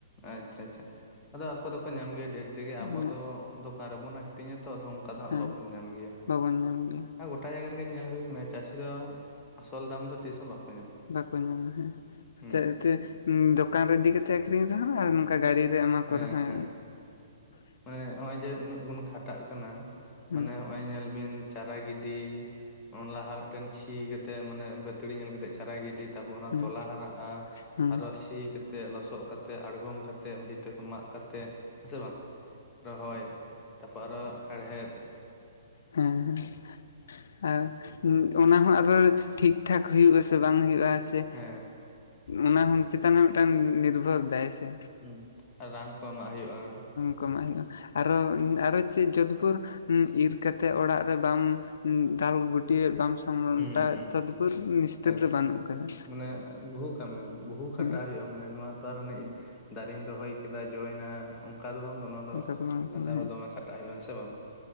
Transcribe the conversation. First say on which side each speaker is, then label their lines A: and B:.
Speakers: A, on the left; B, on the left.
A: ᱟᱪᱷᱟ ᱟᱪᱷᱟ ᱾ ᱟᱫᱚ ᱟᱠᱚ ᱫᱚᱠᱚ ᱧᱟᱢ ᱜᱮᱭᱟ ᱰᱷᱮᱨ ᱛᱮᱜᱮ
B: ᱩᱱᱟᱹᱜ
A: ᱟᱵᱚ ᱫᱚ ᱫᱚᱠᱟᱱ ᱨᱮᱵᱚᱱ ᱟᱠᱷᱨᱤᱧᱟᱛᱚ ᱟᱫᱚ ᱚᱱᱠᱟ ᱫᱚ ᱦᱟᱸᱜ
B: ᱦᱮᱸ
A: ᱵᱟᱵᱚᱱ ᱧᱟᱢ ᱜᱮᱭᱟ ᱾
B: ᱵᱟᱵᱚᱱ ᱧᱟᱢ ᱜᱮᱭᱟ
A: ᱜᱚᱴᱟ ᱡᱟᱭᱜᱟ ᱨᱮᱜᱮ ᱧᱮᱞ ᱦᱩᱭᱠᱟᱱᱟ ᱪᱟᱹᱥᱤ ᱫᱚ ᱟᱥᱚᱞ ᱫᱟᱢ ᱫᱚ ᱛᱤᱥ ᱦᱚᱸ ᱵᱟᱠᱚ ᱧᱟᱢᱟ
B: ᱵᱟᱠᱚ ᱧᱟᱢᱟ ᱦᱮᱸ
A: ᱦᱩᱸ
B: ᱛᱮ ᱛᱮ ᱫᱚᱠᱟᱱ ᱨᱮ ᱤᱫᱤ ᱠᱟᱛᱮᱫ ᱟᱠᱷᱨᱤᱧ ᱨᱮᱦᱚᱸ ᱟᱨ ᱱᱚᱝᱠᱟ ᱜᱟᱹᱲᱤ ᱨᱮ ᱮᱢᱟᱜ ᱮᱢᱟ
A: ᱦᱮᱸ
B: ᱠᱚᱨᱮ ᱦᱚᱭ
A: ᱦᱮᱸ ᱢᱟᱱᱮ ᱱᱚᱜ ᱚᱭ ᱡᱮ ᱩᱱᱟᱹᱜ ᱵᱚᱱ ᱠᱷᱟᱴᱟᱜ ᱠᱟᱱᱟ
B: ᱦᱩᱸ
A: ᱢᱟᱱᱮ ᱱᱚᱜ ᱚᱭ ᱧᱮᱞ ᱵᱤᱱ ᱪᱟᱨᱟ ᱜᱤᱰᱤ ᱞᱟᱦᱟ ᱢᱤᱫᱴᱮᱱ ᱥᱤ ᱠᱟᱛᱮᱫ ᱢᱟᱱᱮ ᱵᱟᱹᱛᱲᱤ ᱧᱮᱞ ᱠᱟᱛᱮ ᱠᱷᱟᱨᱟ ᱜᱤᱰᱤ ᱛᱟᱯᱚᱨ ᱚᱱᱟ
B: ᱦᱩᱸ
A: ᱛᱚᱞᱟ ᱦᱟᱨᱟᱜᱼᱟ ᱾
B: ᱦᱩᱸ
A: ᱟᱨᱚ
B: ᱦᱩᱸ
A: ᱥᱤ ᱠᱟᱛᱮᱜ ᱞᱚᱥᱚᱜ ᱠᱟᱛᱮᱜ ᱟᱲᱜᱚᱢ ᱠᱟᱛᱮᱜ ᱵᱷᱤᱛ ᱛᱮ ᱠᱚ ᱢᱟᱜ ᱠᱟᱛᱮᱜ ᱦᱮᱸ ᱥᱮ ᱵᱟᱝ ᱨᱚᱦᱚᱭ ᱛᱟᱯᱚᱨ ᱟᱨᱚ ᱦᱮᱲᱦᱮᱫ
B: ᱦᱮᱸ ᱦᱮᱸ ᱟᱨ ᱚᱱᱟ ᱦᱚᱸ ᱟᱨᱦᱚ ᱴᱷᱤᱠ ᱴᱷᱟᱠ ᱦᱩᱭᱩᱜᱼᱟᱥᱮ ᱵᱟᱝ ᱦᱩᱭᱩᱜᱼᱟ ᱾ ᱥᱮ
A: ᱦᱮᱸ
B: ᱚᱱᱟ ᱪᱮᱛᱟᱱ ᱦᱚᱸ ᱢᱤᱫᱴᱟᱝ ᱱᱤᱨᱵᱷᱚᱨ ᱫᱟᱭ ᱥᱮ
A: ᱦᱩᱸ ᱟᱨ ᱨᱟᱱ ᱠᱚ ᱮᱢᱟᱜ ᱦᱩᱭᱩᱜᱼᱟ ᱾
B: ᱠᱚ ᱮᱢᱟᱜ ᱦᱩᱭᱩᱜ-ᱟ ᱟᱨᱦᱚᱸ ᱟᱨᱦᱚᱸ ᱪᱮᱫ ᱡᱳᱫᱯᱩᱨ ᱤᱨ ᱠᱟᱛᱮᱜ ᱚᱲᱟᱜ ᱨᱮ ᱵᱟᱢ ᱫᱟᱞ ᱜᱩᱴᱤᱭᱮᱜ ᱵᱟᱢ ᱥᱟᱢᱴᱟᱣᱮᱫ
A: ᱦᱩᱸ ᱦᱩᱸ
B: ᱛᱚᱫᱵᱩᱨ ᱱᱤᱥᱛᱟᱹᱨ
A: ᱮᱠᱫᱚᱢ
B: ᱫᱚ ᱵᱟᱹᱱᱩᱜ ᱟᱠᱟᱫᱟ
A: ᱢᱟᱱᱮ ᱵᱩᱦᱩ ᱠᱟᱹᱢᱤ ᱵᱩᱦᱩ ᱠᱷᱟᱴᱟᱜ
B: ᱦᱮᱸ
A: ᱦᱩᱭᱩᱜᱼᱟ ᱾ ᱢᱟᱱᱮ ᱱᱚᱣᱟ ᱛᱚ ᱟᱨ ᱦᱟᱱᱤ ᱫᱟᱨᱮᱧ ᱨᱚᱦᱚᱭ ᱠᱮᱫᱟ ᱡᱚᱭᱮᱱᱟ ᱚᱱᱠᱟ ᱫᱚ ᱵᱟᱝ ᱫᱚ ᱱᱚᱣᱟ ᱫᱚ
B: ᱚᱱᱠᱟ ᱵᱟᱝ ᱠᱟᱱᱟ
A: ᱛᱟᱭᱚᱢ
B: ᱦᱮᱸ
A: ᱫᱚ ᱫᱚᱢᱮ ᱠᱷᱴᱟᱜ ᱦᱩᱭᱩᱜᱼᱟ ᱦᱮᱸ ᱥᱮ ᱵᱟᱝ